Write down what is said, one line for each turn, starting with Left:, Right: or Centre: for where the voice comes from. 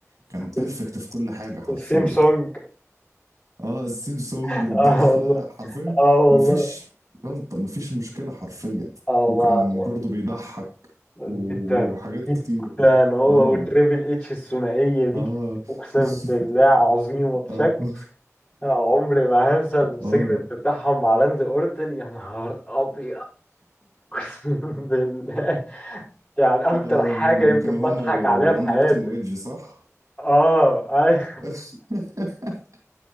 Right: كان بيرفكت
Left: ال-
Right: في كل حاجة حرفيا
Left: السيمسونج
Right: اه السيم سونج
Left: <laughs>
Right: الدخلة
Left: اه والله
Right: حرفيا
Left: اه
Right: مفيش
Left: والله
Right: غلطة مفيش مشكلة حرفيا
Left: اه
Right: وكان
Left: والله
Right: برضو بيضحك
Left: العظيم.
Right: وحاجات
Left: جدا جدا
Right: كتير كده
Left: هو
Right: اه
Left: والتريبل اتش الثنائية دي
Right: اه
Left: اقسم
Right: <laughs>
Left: بالله عظيمة بشكل
Right: اه <laughs>
Left: عمري ما هنسى السيجمنت
Right: اه
Left: بتاعهم مع راندي اورتن يا نهار ابيض <laughs> اقسم بالله يعني اكتر
Right: اه
Left: حاجه يمكن
Right: كانوا
Left: بضحك
Right: هما وراندي
Left: عليها في حياتي
Right: اورتون وايدج صح؟
Left: اه ايوه
Right: <laughs>